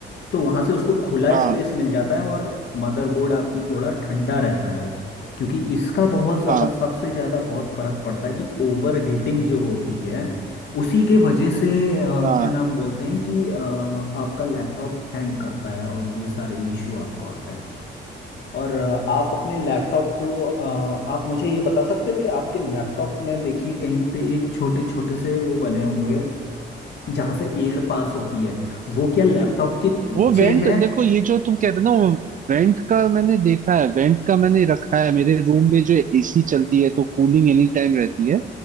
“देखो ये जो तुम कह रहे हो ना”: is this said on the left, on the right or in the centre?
Right